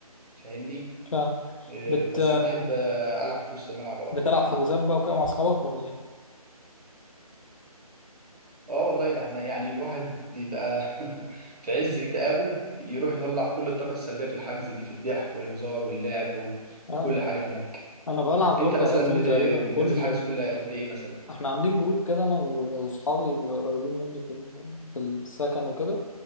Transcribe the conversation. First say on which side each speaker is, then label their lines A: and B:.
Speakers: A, on the right (about 75°); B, on the left (about 55°).
A: فاهمني
B: فاهم
A: آه،
B: بت
A: بس انا بحب آه، العب في وسط الملعب اكتر
B: بتلعب
A: يعني
B: حجوزات بقى وكده مع اصحابك ولا ايه؟
A: اه والله ده احنا يعني الواحد يبقى <laughs> في عز اكتئابه يروح يطلع كل الطاقة السلبية في الحجز دي في الضحك والهزار واللعب و...
B: اه
A: وكل حاجة هناك
B: انا بلعب
A: انت
B: برضه
A: مثلا
B: على طول
A: بت...
B: تقريبا كل
A: بتنزل حجز كل قد ايه مثلا
B: احنا عاملين جروب كده انا و- واصحابي اللي قريبين مني في ال- في السكن وكده